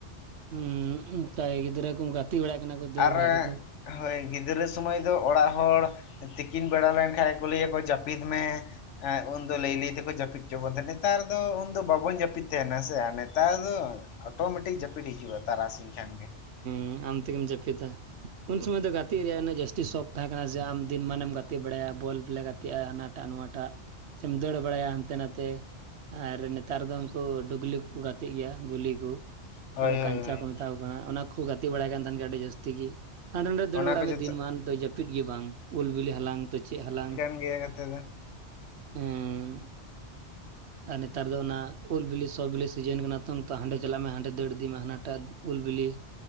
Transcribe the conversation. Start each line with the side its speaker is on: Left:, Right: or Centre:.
Right: ᱦᱩᱸ ᱚᱱᱠᱟ ᱜᱮ ᱜᱤᱫᱽᱨᱟᱹ ᱠᱚ <unintelligible> <unintelligible> ᱵᱟᱲᱟᱜ ᱠᱟᱱᱟ ᱠᱚ ᱫᱟᱹᱲ
Left: ᱟᱨ
Right: ᱵᱟᱲᱟᱭ ᱫᱟᱠᱚ
Left: ᱦᱳᱭ, ᱜᱤᱫᱽᱨᱟᱹ ᱥᱳᱢᱳᱭ ᱫᱚ ᱚᱲᱟᱜ ᱦᱚᱲ ᱛᱤᱠᱤᱱ ᱵᱮᱲᱟ ᱞᱮᱱ ᱠᱷᱟᱡ ᱜᱮ, ᱠᱚ ᱞᱟᱹᱭ ᱟᱠᱚ ᱡᱟᱹᱯᱤᱫ ᱢᱮ᱾ ᱩᱱᱫᱚ ᱞᱟᱹᱭ, ᱞᱟᱹᱭ ᱛᱮᱠᱚ ᱡᱟᱹᱯᱤᱫ ᱦᱚᱪᱚᱸ ᱵᱚᱱ ᱛᱟᱦᱮᱱᱟ ᱱᱮᱛᱟᱨ ᱫᱚ ᱩᱱᱫᱚ ᱵᱟᱵᱚᱱ ᱡᱟᱹᱯᱤᱫ ᱛᱟᱦᱮᱱᱟ᱾ ᱥᱮ ᱟᱨ ᱱᱮᱛᱟᱨ ᱫᱚ ᱚᱴᱳᱢᱮᱴᱤᱠ ᱡᱟᱹᱯᱤᱫ ᱦᱤᱡᱩᱜᱼᱟ᱾ ᱛᱟᱨᱟ ᱥᱤᱧ ᱠᱷᱟᱱ ᱜᱮ
Right: ᱦᱩᱸ ᱟᱢ ᱛᱮᱜᱮᱢ ᱡᱟᱹᱯᱤ ᱫᱟ᱾ ᱩᱱ ᱥᱳᱢᱳᱭ ᱫᱚ ᱜᱟᱛᱮ ᱨᱮᱭᱟ-ᱜ ᱩᱱᱟᱹᱜ ᱡᱟᱹᱥᱛᱤ ᱥᱚᱠ ᱛᱟᱦᱮᱸ ᱠᱟᱱᱟ᱾ ᱡᱮ ᱟᱢ ᱫᱤᱱ ᱢᱟᱱᱮᱢ ᱜᱟᱛᱮ-ᱜ ᱵᱟᱲᱟᱭᱟ᱾ ᱵᱚᱞ ᱞᱮ ᱜᱟᱛᱮᱜᱼᱟ᱾ ᱦᱟᱱᱟᱸ ᱴᱟᱜ ᱱᱚᱣᱟ ᱴᱟᱜ ᱥᱮᱢ ᱫᱟᱹᱲ ᱵᱟᱲᱟᱭᱼᱟ᱾ ᱦᱟᱱᱛᱮ ᱱᱟᱛᱮ ᱟᱨ ᱱᱮᱛᱟᱨ ᱫᱚ, ᱩᱱᱠᱩ ᱰᱩᱜᱽᱞᱤ ᱠᱚᱼᱠᱚ ᱜᱟᱛᱮᱜ ᱜᱮᱭᱟ᱾ ᱜᱩᱞᱤ ᱠᱚ ᱚᱠᱟ
Left: ᱦᱳᱭ
Right: ᱫᱚ
Left: ᱦᱳᱭ
Right: ᱠᱟᱹᱧᱪᱟ
Left: ᱦᱳᱭ
Right: ᱠᱚ <unintelligible> <unintelligible> ᱠᱟᱱᱟ ᱚᱱᱟ ᱠᱚ ᱜᱟᱛᱮ ᱵᱟᱲᱟᱭ ᱠᱟᱱ ᱛᱟᱦᱮᱸᱱ ᱜᱮᱭᱟ᱾ ᱟᱹᱰᱤ ᱡᱟᱹᱥᱛᱤ ᱜᱮ ᱦᱟᱸᱰᱮ ᱱᱟᱰᱮ ᱫᱟᱹᱲ
Left: ᱚᱱᱟ
Right: ᱵᱟᱲᱟᱭ
Left: ᱠᱚ
Right: ᱢᱮ
Left: ᱡᱚᱛᱚ
Right: ᱾ ᱫᱤᱱ ᱢᱟᱱ ᱫᱚ ᱡᱟᱹᱯᱤᱫ ᱜᱮ ᱵᱟᱝ᱾ ᱩᱞ ᱵᱤᱞᱤ ᱦᱟᱞᱟᱝ ᱛᱚ ᱪᱮᱫ ᱦᱟᱞᱟᱝ᱾
Left: <unintelligible> ᱠᱟᱛᱷᱟ ᱫᱚ
Right: ᱦᱮᱸ ᱟᱨ ᱱᱮᱛᱟᱨ ᱫᱚ ᱚᱱᱟ ᱩᱞ ᱵᱤᱞᱤ, ᱥᱚᱸ ᱵᱤᱞᱤ ᱥᱤᱡᱤᱱ ᱠᱟᱱᱟ ᱛᱚᱝ ᱛᱚ, ᱦᱟᱸᱰᱮ ᱪᱟᱞᱟᱜ ᱢᱮ ᱦᱟᱸᱰᱮ ᱫᱟᱹᱲ ᱤᱫᱤ ᱢᱮ ᱦᱟᱱᱟ ᱴᱟᱜ ᱩᱞ ᱵᱤᱞᱤ